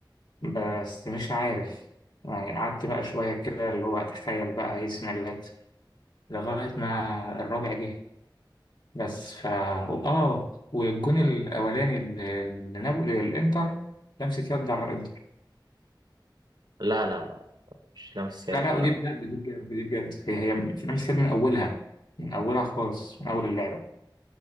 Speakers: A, on the left; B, on the right.
A: بس مش عارف يعني قعدت بقى شوية كده اللي هو أتخيل بقى إيه السيناريوهات لغاية ما الرابع جه بس فا آه والجون الأولاني اللي اللي نابولي الإنتر لمسة يد على الإنتر
B: لا لا لا مش لامس يد
A: لا لا
B: ولا
A: ودي بجد دي بجد دي بجد هي هي لمسة يد من أولها من أولها خالص من أول اللعبة